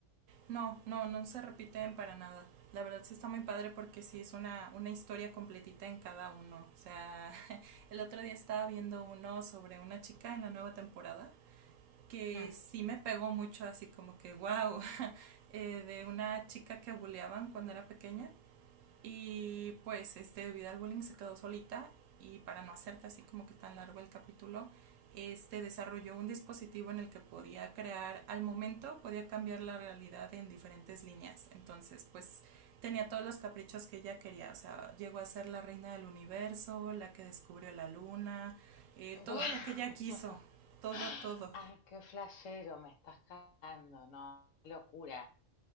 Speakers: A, on the right; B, on the left.
A: No, no, no se repiten para nada. La verdad sí está muy padre porque sí es una, una historia completita en cada uno. O sea, <laughs> el otro día estaba viendo uno sobre una chica en la nueva temporada que
B: Hmm.
A: sí me pegó mucho, así como que wow, <laughs> eh, de una chica que buleaban cuando era pequeña Y pues este, debido al bullying se quedó solita y para no hacerte así como que tan largo el capítulo, este desarrolló un dispositivo en el que podía crear al momento, podía cambiar la realidad en diferentes líneas. Entonces, pues tenía todos los caprichos que ella quería. O sea, llegó a ser la reina del universo, la que descubrió la luna, eh, todo
B: Guau.
A: lo que ella quiso,
B: <laughs>
A: todo, todo.
B: Ay, qué flashero, me estás cagando, no, qué locura,